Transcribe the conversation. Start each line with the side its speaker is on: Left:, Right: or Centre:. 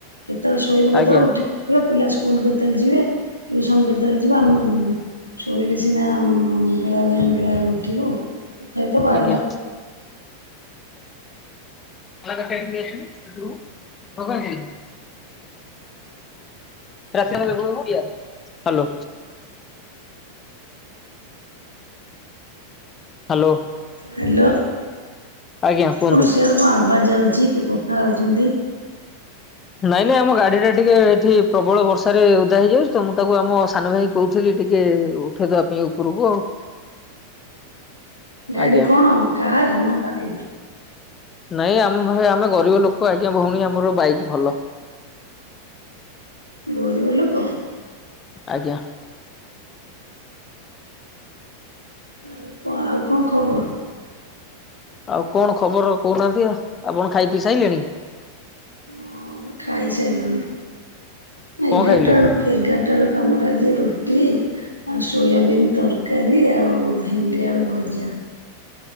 Right: କେତେବେଳେ ଶୋଇବୁ କେତେବେଳେ
Left: ଆଜ୍ଞା
Right: ଉଠିବୁ। <inaudible> ପିଲା ସ୍କୁଲ କେତେବେଳେ ଯିବେ ଟ୍ୟୁସନ କେତେବେଳେ ଯିବେ ଆମେ ‌ଉଁ-ଉଁ-ଉଁ ଶୋଇଲେ ସିନା ଉଁ-ଉଁ-ଉଁ ବେଳାବେଳି‌ ଆମେ ବେଳାବେଳି ଉଠିବୁ। ତଥାପି ତ ବାରଟା
Left: ଆଜ୍ଞା। ଅଗ ଟିବେଶରେ ସେରୁ ଭଗବଦନ୍ତି <unintelligible> ହ୍ୟାଲୋ। ହ୍ୟାଲୋ।
Right: ହ୍ୟାଲୋ,
Left: ଆଜ୍ଞା କୁହନ୍ତୁ।
Right: କଣ ସେଆଡ଼ୁ କଣ ଆବାଜ୍ ଆଉଛି କିଏ କଥା ହଉଛନ୍ତି।
Left: ନାଇଁ-ନାଇଁ ଆମ ଗାଡିଟା ଟିକେ ଏଠି ପ୍ରବଳ ବର୍ଷାରେ ଓଦା ହେଇଯାଉଛି ତ ମୁଁ ତାକୁ ଆମ ସାନ ଭାଇକୁ କହୁଥିଲି ଟିକେ ଉଠେଇ ଦବା ପାଇଁ ଉପରକୁ ଆଉ।
Right: ଗାଡି
Left: ଆଜ୍ଞା।
Right: କଣ କାର୍ ନା ବାଇକ୍?
Left: ନାଇଁ ଆମେ ଭାଇ ଆମେ ଗରିବ ଲୋକ ଆଜ୍ଞା ଭଉଣୀ ଆମର ବାଇକ୍ ଭଲ।
Right: ଗରିବ ଲୋକ?
Left: ଆଜ୍ଞା।
Right: ଆଉ କଣ ଆଉ କଣ ଖବର?
Left: ଆଉ କଣ ଖବର କହୁନାହାନ୍ତି, ଆପଣ ଖାଇ ପିଇ ସାଇଲେଣି?
Right: ହଁ ମ ଖାଇସାରିଲୁଣି, ନା
Left: କଣ
Right: ଏଗାରଟା
Left: ଖାଇଲେ
Right: ବେଳକୁ ଏଗାରଟା ବେଳକୁ ଆମର ଆଜି ରୁଟି ଆଉ ସୋୟାବିନ୍ ତରକାରୀ ଆଉ ଭେଣ୍ଡି ଆଳୁ ଭଜା।